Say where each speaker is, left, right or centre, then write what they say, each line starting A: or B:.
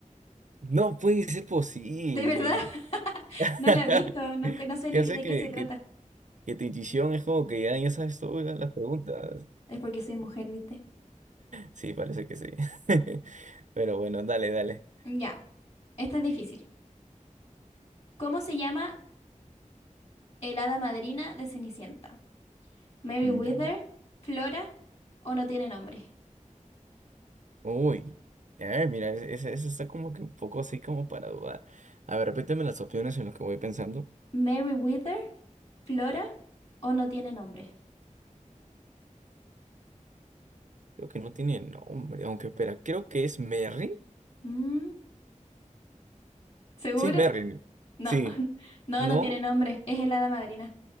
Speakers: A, on the right; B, on the left.
A: No puede ser posible.
B: De verdad. <laughs>
A: <laughs>
B: No la he visto. Nunca, no sé
A: Ya
B: ni de
A: sé que,
B: qué se trata.
A: que, que tu intuición es como que ya, ya sabes todas las preguntas.
B: Es porque soy mujer, ¿viste?
A: Sí, parece que sí. <laughs> Pero bueno, dale, dale.
B: Ya. Esta es difícil. ¿Cómo se llama el hada madrina de Cenicienta? ¿Mary
A: Mm,
B: Wither?
A: Ya va.
B: ¿Flora? ¿O no tiene nombre?
A: Uy. A ver, mira, es- esa esa está como que un poco así como para dudar. A ver, repíteme las opciones en las que voy pensando.
B: ¿Mary Wither? ¿Flora? ¿O no tiene nombre?
A: Creo que no tiene nombre, aunque espera, creo que es Merry.
B: Mm, ¿seguro?
A: Sí, es Merlin.
B: No.
A: Sí.
B: <laughs> No,
A: ¿No?
B: no tiene nombre. Es el hada madrina.